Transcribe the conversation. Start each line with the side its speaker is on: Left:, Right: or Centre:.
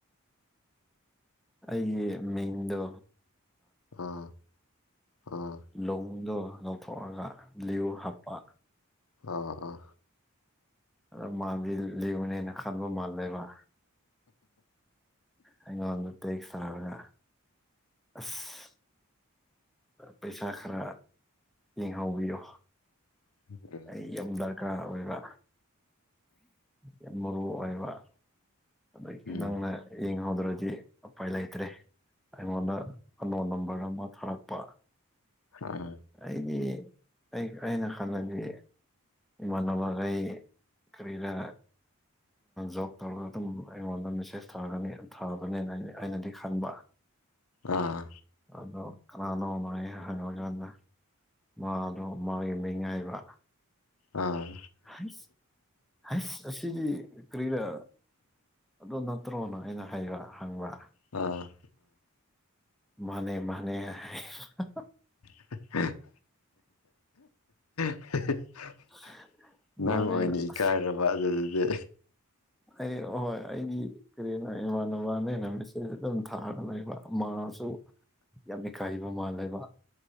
Centre: ꯑꯩꯒꯤ ꯃꯤꯡꯗꯣ
Left: ꯑꯥ ꯑꯥ
Centre: ꯂꯨꯡꯗꯣ ꯂꯧꯊꯣꯛꯑꯒ ꯂꯤꯌꯣ ꯍꯥꯞꯄ
Left: ꯑꯣ ꯑꯥ
Centre: ꯑꯗ ꯃꯥꯗꯤ ꯂꯤꯌꯣꯅꯦꯅ ꯈꯟꯕ ꯃꯥꯜꯂꯦꯕ ꯑꯩꯉꯣꯟꯗ ꯇꯦꯛꯁ ꯊꯥꯔꯒ ꯑꯁ ꯄꯩꯁꯥ ꯈꯔ ꯌꯦꯡꯍꯧꯕꯤꯌꯣ
Left: ꯎꯝ
Centre: ꯑꯩ ꯌꯥꯝ ꯗꯔꯀꯥꯔ ꯑꯣꯏꯕ ꯌꯥꯝ ꯃꯔꯨ ꯑꯣꯏꯕ ꯑꯗꯒꯤ
Left: ꯎꯝ
Centre: ꯅꯪꯡꯅ ꯌꯦꯡꯍꯧꯗ꯭ꯔꯗꯤ ꯎꯄꯥꯏ ꯂꯩꯇ꯭ꯔꯦ ꯑꯩꯉꯣꯟꯗ ꯐꯅꯣ ꯅꯝꯕꯔ ꯑꯃ ꯊꯥꯔꯛꯄ
Left: ꯎꯝ
Centre: ꯑꯩꯗꯤ ꯑꯩ ꯑꯩꯅ ꯈꯟꯕꯗꯤ ꯏꯃꯥꯟꯅꯕꯒꯩ ꯀꯔꯤꯔ ꯖꯣꯕ ꯇꯧꯔꯒ ꯑꯗꯨꯝ ꯑꯩꯉꯣꯟꯗ ꯃꯦꯁꯦꯁ ꯊꯥꯒꯅꯤ ꯊꯥꯒꯅꯤ ꯑꯩꯅꯗꯤ ꯈꯟꯕ
Left: ꯑꯥ
Centre: ꯑꯗꯣ ꯀꯅꯥꯅꯣꯃ ꯍꯉ ꯍꯖꯥꯟꯗ ꯃꯥꯗꯣ ꯃꯥꯒꯤ ꯃꯤꯉꯥꯏꯕ
Left: ꯑꯥ
Centre: ꯍꯁ ꯍꯩꯁ ꯑꯁꯤꯗꯤ ꯀꯔꯤꯔꯥ ꯑꯗꯨ ꯅꯠꯇ꯭ꯔꯣꯅ ꯑꯩꯅ ꯍꯧꯕ ꯍꯪꯕꯥ
Left: ꯑ
Centre: ꯃꯥꯟꯅꯦ ꯃꯥꯟꯅꯦ ꯍꯥꯏꯕ
Left: <inaudible> <inaudible>
Centre: <inaudible>
Left: ꯅꯪ ꯑꯣꯏꯅ ꯏꯀꯥꯏꯔꯕ
Centre: ꯑꯁ
Left: ꯑꯗꯨꯗꯗꯤ
Centre: ꯑꯩ ꯍꯣꯏ ꯑꯩꯗꯤ ꯀꯔꯤꯅ ꯏꯃꯥꯟꯅꯕꯅꯦꯅ ꯃꯤꯁ ꯑꯩꯖꯨ ꯑꯗꯨꯝ ꯊꯥꯔꯒ ꯂꯩꯕ ꯃꯥꯖꯨ ꯌꯥꯝ ꯏꯀꯥꯏꯕ ꯃꯥꯜꯂꯦꯕ